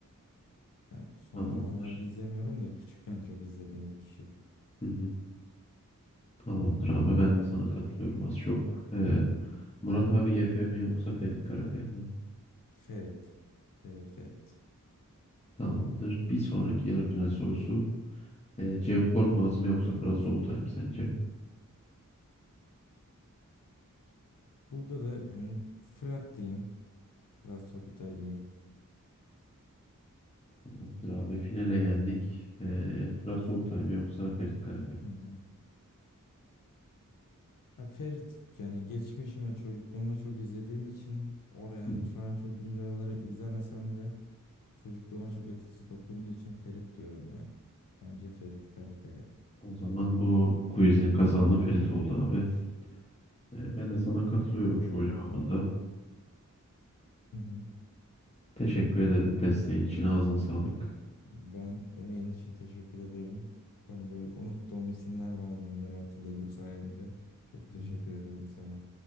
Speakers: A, on the left (about 85°); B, on the left (about 20°).
A: Yani son
B: Tamamdır.
A: zamanlarda izlemiyorum da küçükken çok izlediğim bir kişi.
B: Hı hı. Tamamdır abi ben de sana katılıyorum az çok. Ee, Murat abi YF mi yoksa Ferit Karakaya mı?
A: Ferit. Ferit Ferit.
B: Tamamdır. Bir sonraki yarı final sorusu. Ee, Cem Korkmaz mı yoksa Fırat Sobutay mı sence?
A: Burada da hani Fırat diyeyim. Fırat Sobutay diyeyim.
B: Tamamdır abi finale geldik. Ee, Fırat Sobutay mı yoksa Ferit Karakaya
A: Hı
B: mı?
A: hı. Ya Ferit yani geçmişime çocukluğumda çok izlediğim için oraya yani
B: Hı hı.
A: şu an çok güncel olarak izlemesem de çocukluğuma çok etkisi dokunduğu için Ferit diyorum ya. Bence Ferit Karakaya.
B: O zaman bu quizin kazananı Ferit oldu abi. Ee, ben de sana katılıyorum
A: Ee,
B: çoğu
A: valla
B: cevabında.
A: hı hı.
B: Teşekkür ederim desteğin için ağzına sağlık.
A: ben emeğin için teşekkür ederim. Hani böyle unuttuğum isimler vardı onları hatırladım sayende. Çok
B: Hı.
A: teşekkür ederim sana.